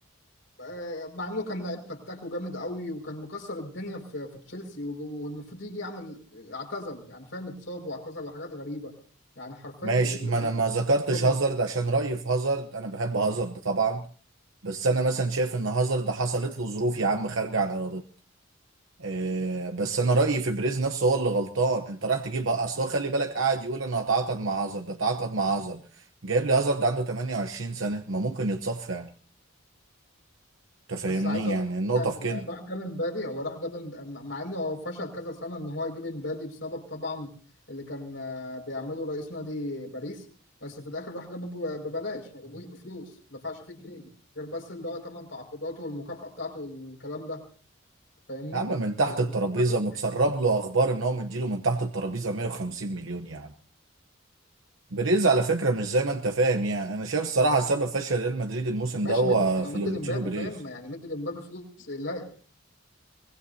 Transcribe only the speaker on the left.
آه، مع انه كان لعيب فتاك وجامد قوي وكان مكسر الدنيا في في تشيلسي وج- والمفروض يجي يعمل اعتزل يعني فاهم اتصاب واعتزل وحاجات غريبه يعني حرفيا
ال-
ال-
اتدمر.
بس عايز اقول
لك
كان
راح جاب امبابي هو راح جاب إمب- مع انه هو فشل كذا سنه ان هو يجيب امبابي بسبب طبعا اللي كان آه، بيعمله رئيس نادي باريس بس في الاخر راح جابه ب- ببلاش ما جابوش بفلوس ما دفعش فيه جنيه غير بس اللي هو ثمان تعاقداته والمكافاه بتاعته والكلام ده فاهمني؟
يعني
فكر
ماشي
مد يعني
هو مد لمبابي
فاهم يعني مد لمبابي فلوس لا